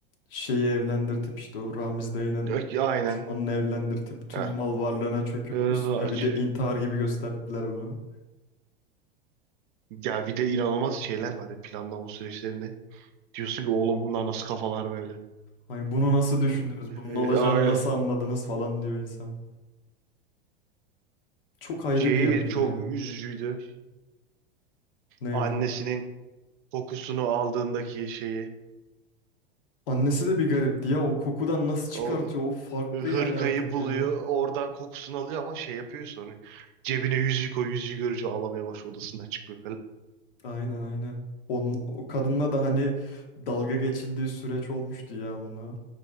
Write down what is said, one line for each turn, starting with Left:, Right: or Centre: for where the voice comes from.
Left: şeyi evlendirtip işte o Ramiz dayının
Right: Yok, Aynen.
Left: düşmanını evlendirtip tüm
Right: Ha.
Left: mal varlığına çöküp
Right: Öyle
Left: üstüne
Right: aç-
Left: bir de intihar gibi gösterdiler bunu.
Right: Ya bir de inanılmaz şeyler var ya planlama süreçlerinde. Diyorsun ki oğlum bunlar nasıl kafalar böyle.
Left: Hani bunu nasıl düşündünüz?
Right: Hı. Ee,
Left: Bunun olacağını
Right: Aynen.
Left: nasıl anladınız falan diyor insan. Çok ayrı
Right: Şeyi
Left: bir yapı
Right: çok
Left: ya.
Right: üzücüydü.
Left: Ne
Right: Annesinin
Left: hocam?
Right: kokusunu aldığındaki şeyi.
Left: Annesi de bir garipti ya. O kokudan nasıl çıkartıyor?
Right: O
Left: O farklı
Right: hırkayı
Left: yani artık
Right: buluyor.
Left: ya.
Right: Oradan kokusunu alıyor ama şey yapıyor sonra. Cebine yüzüğü koy, yüzüğü görünce ağlamaya başlıyor odasından çıkmıyor falan.
Left: Aynen aynen. Onun, o kadınla da hani dalga geçildiği süreç olmuştu ya buna.